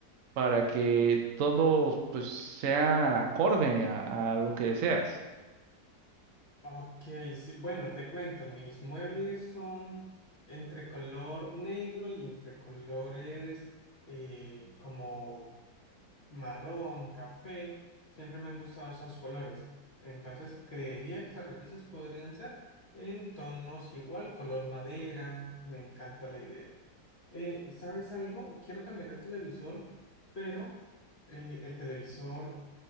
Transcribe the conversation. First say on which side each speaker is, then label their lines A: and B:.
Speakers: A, on the right; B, on the left.
A: para que todo pues sea acorde a, a lo que deseas.
B: Ok, sí, bueno, te cuento. Mis muebles son entre color negro y entre colores eh, como marrón, café, siempre me han gustado esos colores. Entonces creería que las repisas podrían ser en tonos igual, color madera, me encanta la idea. Eh, ¿sabes algo? Quiero cambiar el televisor, pero eh, el televisor,